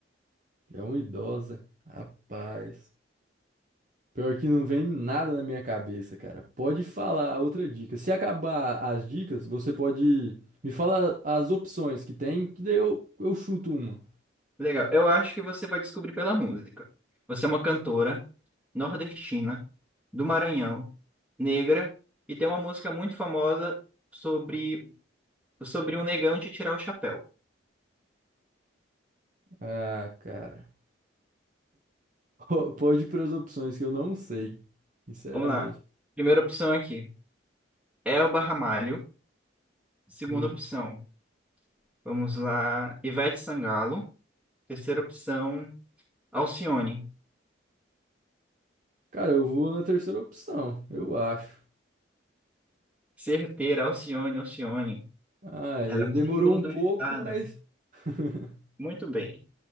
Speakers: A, on the right (about 40°); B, in the centre.
A: É uma idosa. Rapaz. Pior que não vem nada na minha cabeça, cara. Pode falar outra dica. Se acabar as dicas, você pode me falar as opções que tem, que daí eu, eu chuto uma.
B: Legal. Eu acho que você vai descobrir pela música. Você é uma cantora nordestina, do Maranhão, negra, e tem uma música muito famosa sobre, sobre um negão de tirar o chapéu.
A: Ah, cara. <laughs> Pode ir para as opções que eu não sei. Sinceramente.
B: Vamos lá. Primeira opção aqui, Elba Ramalho. Segunda
A: Hum.
B: opção, vamos lá, Ivete Sangalo. Terceira opção, Alcione.
A: Cara, eu vou na terceira opção, eu acho.
B: Certeira, Alcione, Alcione.
A: Aí
B: Ela é um
A: demorou
B: símbolo
A: um
B: do
A: pouco,
B: estado.
A: mas. <laughs>
B: Muito bem.